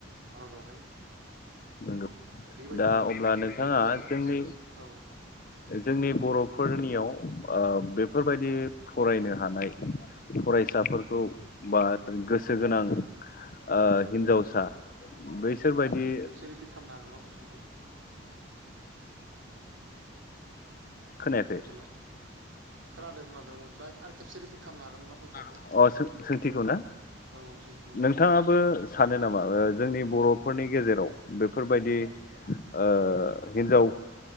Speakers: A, on the right; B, on the left.
A: भारतआवहाय
B: नंगौ
A: बेबायदिनो
B: दा अब्ला
A: जोंनिनो
B: नोंथाङा जोंनि
A: औ
B: जोंनि बर'फोरनियाव ओ बेफोरबायदि फरायनो हानाय फरायस साफोरखौ बा गोसो गोनां ओ हिन्जावसा बैसोरबायदि
A: मा होनदों खेबसे रिपिट खामनो हागोन बा कुइसनखौ? बुदों
B: खोनायाखै
A: हेल' औ खोनादों खोनादों दा आरो खेबसे रिपिट खालामनो हागोन नामा कुइसनखौ
B: अ सोंथिखौ ना
A: औ सोंथिखौ?
B: नोंथाङाबो सानो नामा जोंनि बर'फोरनि गेजेराव बेफोरबायदि ओ हिन्जाव